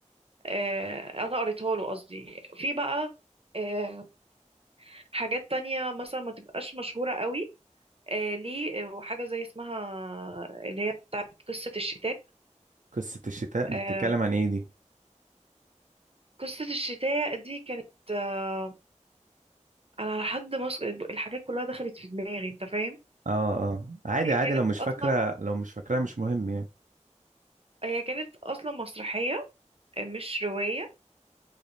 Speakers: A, on the right; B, on the right.
A: آه، انا قريتها له قصدي في بقى آه، حاجات تانية مثلا ما تبقاش مشهورة قوي آه، ليه وحاجة زي اسمها اللي هي بتاعت قصة الشتاء
B: قصة الشتاء
A: آه،
B: دي بتتكلم عن إيه دي؟
A: قصة الشتاء دي كانت آه، أنا على حد مصر الحاجات كلها دخلت في دماغي أنت فاهم
B: اه اه عادي
A: هي
B: عادي
A: كانت
B: لو مش
A: أصلا
B: فاكرة لو مش فاكراها مش مهم يعني
A: هي كانت أصلا مسرحية آه، مش رواية